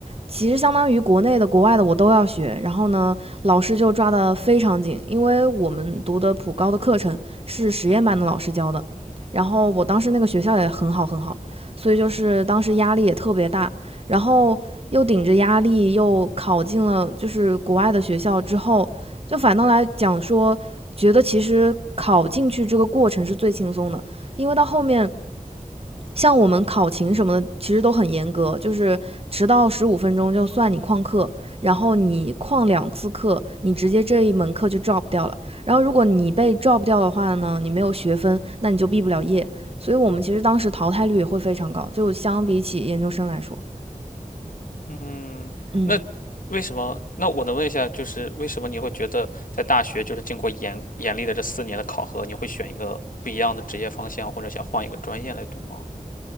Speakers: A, on the right; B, on the left.
A: 其实相当于国内的、国外的我都要学。然后呢，老师就抓得非常紧，因为我们读的普高的课程是实验班的老师教的。然后我当时那个学校也很好很好，所以就是当时压力也特别大，然后又顶着压力又考进了就是国外的学校之后，就反倒来讲说，觉得其实考进去这个过程是最轻松的，因为到后面像我们考勤什么的，其实都很严格，就是迟到十五分钟就算你旷课，然后你旷两次课，你直接这一门课就 drop 掉了。然后如果你被 drop 掉的话呢，你没有学分，那你就毕不了业。所以我们其实当时淘汰率也会非常高，就相比起研究生来说，
B: 嗯，
A: 嗯。
B: 那为什么？那我能问一下，就是为什么你会觉得在大学，就是经过严严厉的这四年的考核，你会选一个不一样的职业方向，或者想换一个专业来读吗？